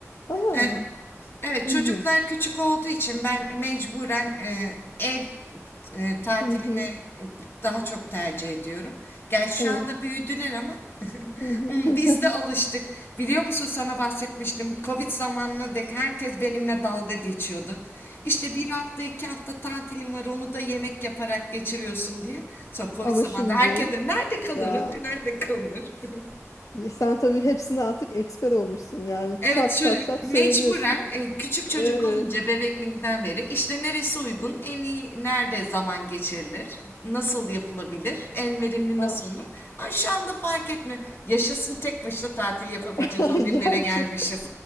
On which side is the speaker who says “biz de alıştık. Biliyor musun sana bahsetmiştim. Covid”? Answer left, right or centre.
Left